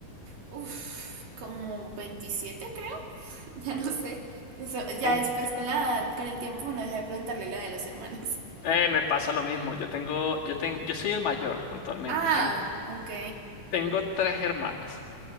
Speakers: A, on the right; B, on the left.
A: Uf, como veintisiete creo, <laughs> ya no sé. Eso, ya
B: 20.
A: después con la con el tiempo no dejé de preguntarle la edad de los hermanos. <laughs>
B: Eh, me pasa lo mismo. Yo tengo, yo ten- yo soy el mayor puntualmente.
A: Ah,
B: Tengo,
A: ok.
B: tengo tres hermanas.